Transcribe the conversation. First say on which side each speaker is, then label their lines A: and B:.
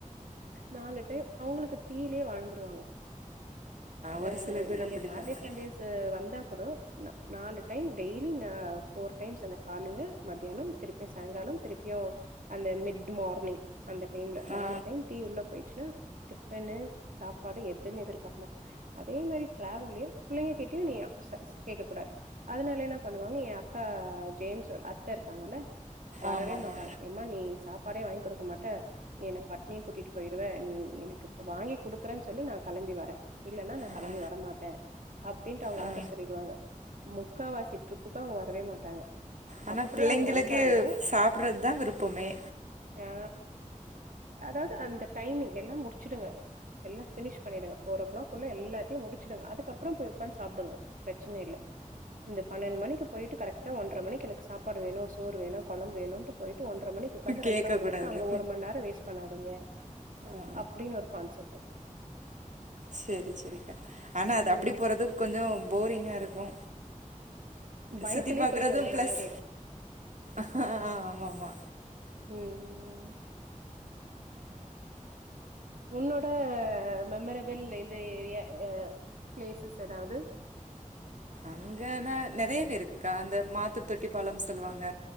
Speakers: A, on the right (about 80°); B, on the right (about 65°).
A: நாலு டைம் அவங்களுக்கு டீலயே வாழ்ந்துருவாங்க
B: ஒரு
A: ஆ
B: சில பேர்
A: இங்க
B: அப்டித்தாக்கா
A: சாட்டர்டே சண்டேஸ் து வந்தா கூடோ நா நாலு டைம் டெய்லி ந ஃபோர் டைம்ஸ் அந்த காலைல மத்தியானம் திருப்பி சாய்ங்காலம் திருப்பியு அந்த மிட் மார்னிங் அந்த டைம்ல
B: ஆ
A: நாலு டைம் டீ உள்ள பேயிட்ச்சுன்னா டிஃபனு சாப்பாடு எதுமே எதிர்பார்க்கமா அதே மாரி ட்ராவல்லயு புள்ளைங்க கேட்டு நீ ச கேக்க கூடாது அதனால என்னா பண்ணுவாங்க என் அக்கா ஜேம்ஸ் அத்த இருக்காங்கல்ல வரவே
B: ஆமாமா
A: மாட்டாங்க ஏம்மா நீ சாப்பாடே வாங் குடுக்க மாட்ட நீ என்ன பட்னியா கூட்டிட்டுப் போய்ருவ நீ எனக்கு வாங்கி குடுக்குறன் சொல்லு நா கெளம்பி வரே இல்லன்னா நா கெளம்பி
B: ஆ
A: வரமாட்டா அப்டின்ட்டு அவுங்க
B: ஆ
A: அத்த சொல்லிடுவாங்க முக்காவாசி ட்ரிப்புக்கு அவுங்க வரவே மாட்டாங்க
B: ஆனா
A: அப்டியே
B: புள்ளைங்களுக்கு
A: அவங்க வந்தாலு
B: சாப்ட்றத் தா விருப்பமே
A: ஆ அதாவ்து அந்த டைமிங் எல்லாம் முடிச்சிடுங்க எல்லா ஃபினிஷ் பண்ணிடுங்க ஃபோர் ஓ கிளாக்குல்லா எல்லாத்தையு முடிச்சுடுங்க அதுக்கப்புறம் போய் உக்காந்து சாப்டுங்க பிரச்சன இல்ல இந்த பன்னெண்டு மணிக்கு போயிட்டு கரெக்டா ஒன் ஒன்ற மணிக்கு எனக்கு சாப்பாடு வேணு சோறு வேணு கொழம்பு வேணுன்டு போய்ட்டு ஒன்ற மணிக்கு உக்காந்து
B: கேக்க
A: ரெண்ட்ற மணி
B: கூடாது
A: வரைக்கு அங்க ஒரு மண் நேரொ வேஸ்ட் பண்ணாதீங்க
B: ஆ
A: அப்டின்னு ஒரு கான்செப்டு
B: செரி செரிக்கா ஆனா அது
A: ம்
B: அப்டி போறது கொஞ்சொ போரிங்கா இருக்கு
A: பயத்திலயே
B: சுத்தி பாக்குறதும்
A: போயிட்டு வந்துற
B: பிளஸ்
A: மாரி ஆயிடு
B: ஆ ஆமா ஆமா
A: ம் ம் ம் உன்னோட மெமரபிள் இது எ அ ப்ளேஸஸ் எதாவ்து
B: அங்கன்னா நறையவே இருக்குக்கா அந்த மாத்து தொட்டிப்பாலம் சொல்வாங்க